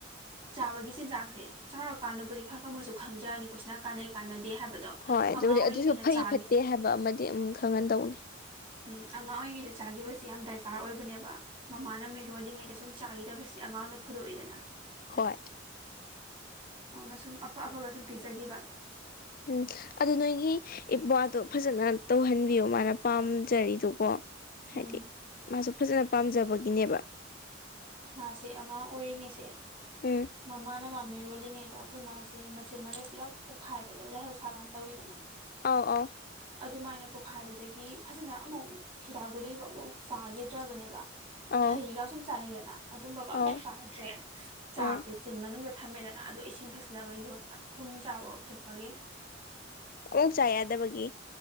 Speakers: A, on the right; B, on the left.
A: ꯆꯥꯕꯒꯤ ꯆꯤꯟꯖꯥꯛꯁꯦ ꯆꯥꯎꯔꯀꯥꯟꯗꯕꯨꯗꯤ ꯈꯔ ꯈꯔ ꯃꯣꯏꯁꯨ ꯈꯪꯖꯔꯅꯤꯀꯣꯏꯁꯤꯅ ꯀꯥꯟꯅꯩ ꯀꯥꯟꯅꯗ ꯍꯥꯏꯗꯣ
B: ꯍꯣꯏ ꯑꯗꯨꯕꯨꯗꯤ
A: ꯑꯉꯥꯡ ꯑꯣꯏꯔꯤꯩꯅ
B: ꯑꯗꯨꯁꯨ ꯐꯩ
A: ꯆꯥ
B: ꯐꯠꯇꯦ ꯍꯥꯏꯕ ꯑꯃꯗꯤ ꯑꯗꯨꯝ ꯈꯪꯍꯟꯗꯧꯅꯤ
A: ꯎꯝ ꯑꯉꯥꯡ ꯑꯣꯏꯔꯤꯉꯩꯗ ꯆꯥꯈꯤꯕꯁꯤ ꯌꯥꯝ ꯗꯔꯀꯥꯔ ꯑꯣꯏꯕ ꯅꯦꯕ ꯃꯃꯥꯅ ꯃꯤꯔꯣꯜꯂꯤꯉꯩꯗ ꯁꯨꯝ ꯆꯥꯈꯤꯗꯕꯁꯦ ꯑꯉꯥꯡꯅ ꯐꯨꯗꯣꯛꯏꯗꯅ
B: ꯍꯣꯏ
A: ꯑꯗꯨꯅ ꯁꯨꯝ ꯑꯐ ꯑꯐꯕ ꯁꯨꯝ ꯄꯤꯖꯈꯤꯕ
B: ꯎꯝ ꯑꯗꯨ ꯅꯣꯏꯒꯤ ꯏꯕꯥꯗꯣ ꯐꯖꯅ ꯇꯧꯍꯟꯕꯤꯌꯣ ꯃꯥꯅ ꯄꯥꯝꯖꯔꯤꯗꯨꯀꯣ ꯍꯥꯏꯗꯤ
A: ꯎꯝ
B: ꯃꯥꯁꯨ ꯐꯖꯅ ꯄꯥꯝꯖꯕꯒꯤꯅꯦꯕ
A: ꯃꯥꯁꯦ ꯑꯉꯥꯡ ꯑꯣꯏꯔꯤꯉꯩꯁꯦ
B: ꯎꯝ
A: ꯃꯃꯥꯅ ꯃꯃꯤ ꯔꯣꯜꯂꯤꯉꯩꯗ ꯑꯩꯈꯣꯏ ꯃꯥꯁꯦ ꯃꯆꯤꯟ ꯃꯔꯦ ꯄꯨꯂꯞ ꯄꯣꯛꯈꯥꯏꯕꯗꯣ ꯂꯥꯏꯍꯧꯁꯥ ꯀꯥꯟꯅ ꯇꯧꯋꯤꯗꯅ
B: ꯑꯥꯎ ꯑꯥꯎ
A: ꯑꯗꯨꯃꯥꯏꯅ ꯄꯣꯛꯈꯥꯏꯕꯗꯒꯤ ꯐꯖꯅ ꯑꯃꯨꯛ ꯍꯤꯗ ꯒꯨꯂꯤꯕ ꯑꯃꯨꯐꯥꯎ ꯆꯥꯈꯤꯗ꯭ꯔꯕꯅꯦꯕ
B: ꯑꯧ
A: ꯍꯩꯒ ꯁꯨꯝ ꯆꯥꯅꯩꯗꯅ ꯑꯗꯨꯝꯕꯒ ꯑꯃꯨꯛ
B: ꯑꯧ
A: ꯆꯥꯗ꯭ꯔꯦ ꯆꯥꯛꯁꯦ
B: ꯑꯥ
A: ꯆꯤꯟ ꯃꯅꯨꯡꯗ ꯊꯝꯃꯦꯗꯅ ꯑꯗꯨꯗ ꯏꯁꯤꯡ ꯊꯛꯆꯤꯜꯂꯒ ꯌꯣꯠꯄ ꯊꯨꯝ ꯆꯥꯎꯕ ꯎꯊꯨꯞꯄꯒꯤ
B: ꯎ ꯆꯗꯕꯒꯤ